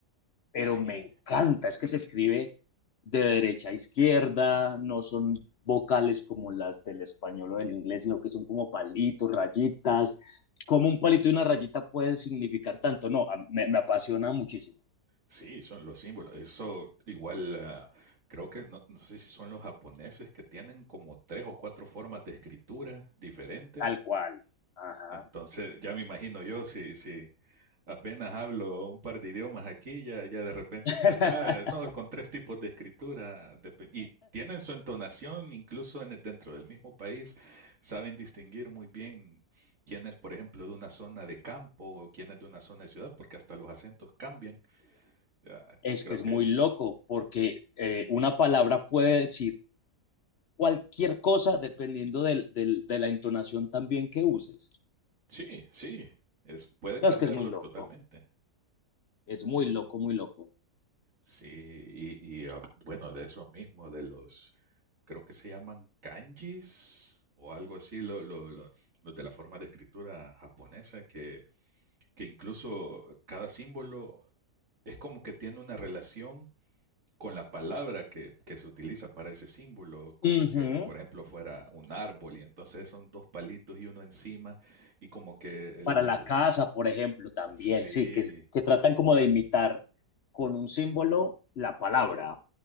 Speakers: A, on the left (about 60°); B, on the right (about 50°).
A: pero
B: Sí,
A: me encanta, es que se escribe de derecha a izquierda, no son vocales como las del español o del inglés, sino que son como palitos, rayitas. como un palito y una rayita pueden significar tanto? No, a- me, me apasiona muchísimo,
B: Sí, son los símbolos. Eso igual, ah, creo que no, no sé si son los japoneses que tienen como tres o cuatro formas de escritura diferentes.
A: tal cual. Ajá.
B: Entonces, ya me imagino yo, si, si apenas hablo un par de idiomas aquí, ya, ya de repente
A: <laughs>
B: estar, ah, no, con tres tipos de escritura. depe- Y tienen su entonación, incluso en, el- dentro del mismo país, saben distinguir muy bien quién es, por ejemplo, de una zona de campo o quién es de una zona de ciudad, porque hasta los acentos cambian. Ya,
A: Es
B: creo
A: que es
B: que
A: muy loco porque eh, una palabra puede decir cualquier cosa dependiendo del, del- de la entonación también que uses.
B: Sí, sí, es, puede
A: No,
B: cambiarlo
A: es que es muy loco,
B: totalmente.
A: es muy loco, muy loco.
B: Sí, y, y, ah, bueno, de eso mismo, de los, creo que se llaman kanjis o algo así, lo, lo- lo- los de la forma de escritura japonesa, que, que incluso cada símbolo es como que tiene una relación con la palabra que, que se utiliza para ese símbolo, como
A: Ujú.
B: que, por ejemplo, fuera un árbol y entonces son dos palitos y uno encima y como que el...
A: Para
B: el-
A: la casa, por ejemplo, también,
B: Sí,
A: sí, que, es- que tratan como de imitar con un símbolo la palabra.